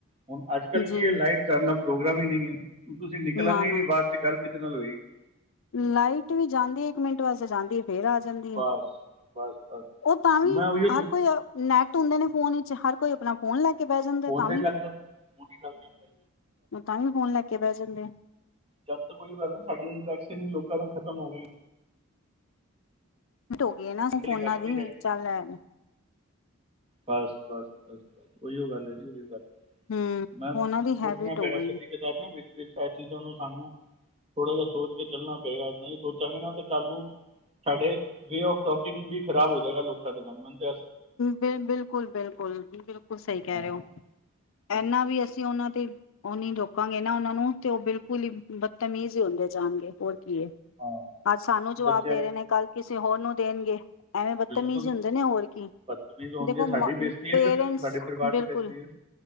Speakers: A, on the right; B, on the left.
A: ਹੁਣ ਲਾਈਵ
B: ਜੀ
A: ਕਰਨ ਪ੍ਰੋਗਰਾਮ ਹੀ ਨਹੀਂ ਹ ਤੁਸੀਂ ਨਿਕਲਾਂਗੇ
B: ਨਾ ਨਾ
A: ਨਹੀਂ ਬਾਹਰ ਤੇ ਗਲਤ ਕਿਤੇ ਨਾਲ ਹੋਏਗੀ
B: ਲਾਈਟ ਵੀ ਜਾਂਦੀ ਇੱਕ ਮਿੰਟ ਵਾਸਤੇ ਜਾਂਦੀ ਹੈ ਇਹਦਾ ਆ ਜਾਂਦੀ
A: ਬਸ
B: ਹ
A: ਬਸ ਬਸ
B: ਉਹ ਤਾਂ ਵੀ
A: ਮੈਂ ਉਹੀਓ ਸੋਚ
B: ਹਰ ਕੋਈ ਲੈਟ ਹੁੰਦੇ ਨੇ ਫੋਨ ਵਿੱਚ ਹਰ ਕੋਈ ਆਪਣਾ ਫੋਨ ਲੈ ਬਹਿ ਜਾਂਦੇ
A: ਫੋਨ
B: ਤਾਂ
A: ਤੇ
B: ਵੀ
A: ਹੀ ਲੱਗ ਜਾਂਦਾ ਫੋਨ ਹੀ ਲੱਗ ਜਾਂਦਾ
B: ਮੈਂ ਤਾਂ ਹੀ ਫੋਨ ਲੈ ਕੇ ਬ ਜਾਂੱਲਦੇ
A: ਜਾਦ ਤੋਂ ਕੋਈ ਗੱਲ ਸਾਡੀ ਇੰਟਰੈਸਟ ਚੰਨੀ ਲੋਕਾਂ ਨੂੰ ਖਤਮ ਹੋ ਗਈ
B: ਹਟ ਹੋ ਗਈ ਨਾ
A: ਵਾਲੀ
B: ਫੋਨਾ
A: ਗੱਲ ਹੀ
B: ਦੀ
A: ਨਹੀਂ ਰਹਿ ਗਈ
B: ਚੱਲੈ
A: ਬਸ ਬਸ ਬਸ ਬਸ ਉਓਹੀਓ ਗੱਲ ਹੈ ਜੀ ਉਹੀ ਗੱਲ
B: ਹੂੰ
A: ਮੈਂ
B: ਫੋਨਾਂ
A: ਸੋਚਣਾ
B: ਦੀ ਹੈਬਿਟ ਹੋ
A: ਪਿਆ
B: ਗਈ
A: ਕਦੀ ਕਤਾ ਨਾ ਵਿੱਚ ਇਹ ਚੀਜ਼ਾਂ ਨੂੰ ਸਾਨੂੰ ਥੋੜਾ ਜਿਹਾ ਸੋਚ ਕੇ ਚੱਲਣਾ ਪਏਗਾ ਨਹੀਂ ਸੋਚਾਂਗੇ ਨਾ ਤੇ ਕੱਲ ਨੂੰ ਸਾਡੇ ਵੇਫ ਸਟੋਕਿੰਗ ਵੀ ਖਰਾਬ ਹੋ ਜਾਏਗਾ ਲੋਕਾਂ ਦੇ ਨਨ ਤੇ
B: ਬਿਲ ਬਿਲਕੁਲ ਬਿਲਕੁਲ ਬਿਲਕੁਲ ਸਹੀ ਕਹਿ
A: ਹਾਂ
B: ਰਹੇ ਹੋ
A: ਬਿਲ-
B: ਇਨਾ ਵੀ ਅਸੀਂ ਉਹਨਾਂ ਤੇ ਉਹ ਨ ਰੋਕਾਂਗੇ ਨਾ ਉਹਨਾਂ ਨੂੰ ਤੇ ਉਹ ਬਿਲਕੁਲ ਹੀ ਬਦਤਮੀਜ਼ ਹੀ ਹੁੰਦੇ ਜਾਣਗੇ ਹੋ ਕੀ
A: ਹਾਂ
B: ਅੱਜ ਸਾਨੂੰ ਜਵਾਬ
A: ਬੱਚੇ
B: ਦੇ ਰਹੇ ਨੇ ਕੱਲ ਕਿ ਸਿਹਰ ਨੂੰ ਦੇਣਗੇ ਐਵੇਂ ਬਦਤਮੀਜ਼
A: ਬਿਲਕੁਲ
B: ਹੁੰਦੇ ਨੇ ਹੋਰ ਕੀ
A: ਬਦਤਮੀਜ਼ ਹੋਣਗੇ
B: ਦੇਖੋ
A: ਸਾਡੀ ਬੇਇੱਜ਼ਤੀ
B: ਪੇਰੈਂਟਸ
A: ਹੈ ਫਿਰ ਸਾਡੇ ਪਰਿਵਾਰ
B: ਬਿਲਕੁਲ
A: ਦੀ ਬੇਇੱਜ਼ਤੀ ਹੈ